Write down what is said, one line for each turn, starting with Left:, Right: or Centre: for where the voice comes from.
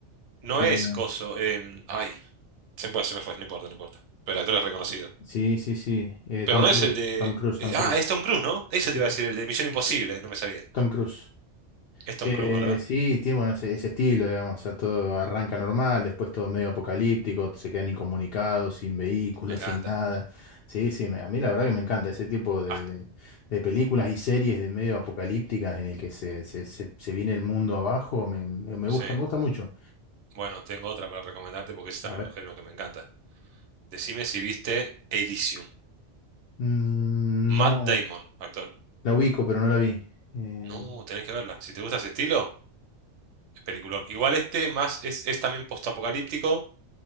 Right: No
Left: eh,
Right: es Coso, em, ay, se me fue, se me fue, no importa, no importa. Pero el actor es reconocido.
Left: sí, sí, sí. eh,
Right: Pero
Left: Tom
Right: no
Left: Cruise,
Right: es el de...
Left: Tom Cruise, Tom
Right: eh,
Left: Cruise.
Right: ah, es Tom Cruise, ¿no? Ese te
Left: Sí,
Right: iba
Left: sí.
Right: a decir, el de Misión Imposible, no me salía.
Left: Tom Cruise.
Right: Es Tom
Left: Eh,
Right: Cruise, ¿verdad?
Left: sí, tiene bueno, ese, ese estilo, digamos, o sea, todo arranca normal, después todo medio apocalíptico, se quedan incomunicados, sin vehículos,
Right: Me encanta.
Left: sin nada. Sí, sí, me- a mí la verdad que me encanta ese tipo de,
Right: Hasta,
Left: de- de películas y series de medio apocalípticas en el que se, se, se- se viene el mundo abajo, me, me- me
Right: sí.
Left: gusta, me gusta mucho.
Right: Bueno, tengo otra para recomendarte porque es también
Left: A ver.
Right: un género que me encanta. Decime si viste Elysium.
Left: Mm,
Right: Matt
Left: no,
Right: Damon, actor.
Left: la ubico, pero no la vi. Eh,
Right: No, tenés que verla. Si te gusta ese estilo, es peliculón. Igual este más es, es también postapocalíptico,